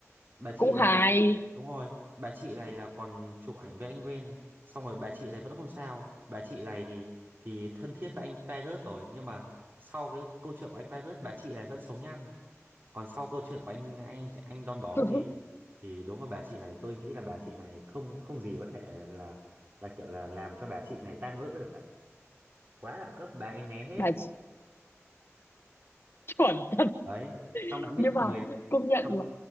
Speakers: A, on the right (about 40°); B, on the left (about 50°).
A: bà chị
B: cũng hài
A: này là đúng rồi bà chị này là còn chụp ảnh với anh quen xong rồi bà chị này vẫn không sao bà chị này thì thì thân thiết với anh virus rồi nhưng mà sau cái câu chuyện của anh virus bà chị này vẫn sống nhăn còn sau câu chuyện của anh anh anh đom đóm
B: <laughs>
A: thì thì đúng là bà chị này tôi nghĩ là bà chị này không không gì có thể là là kiểu là làm cho bà chị này tan vỡ được cả quá đẳng cấp bà ấy né hết
B: bà chị, chuẩn <laughs> thật.
A: đấy xong bạn biết
B: nhưng mà
A: người
B: công nhận
A: xong
B: là